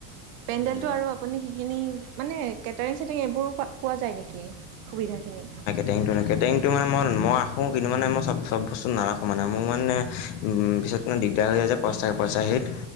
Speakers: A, on the right; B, on the left.
A: পেণ্ডেলটো
B: উম।
A: আৰু আপুনি খিনি মানে কেটাৰিং-চেটাৰিং এইবোৰো পোৱা যায় নেকি? সুবিধা খিনি?
B: টেংকটো এনেকৈ টেংকটো মানে মই মই ৰাখোঁ কিন্তু মানে মই চব চব বস্তু নাৰাখোঁ মানে, মোৰ মানে পিছত দিগদাৰ হৈ যায় যে পচা-পইচাৰ হেৰিত।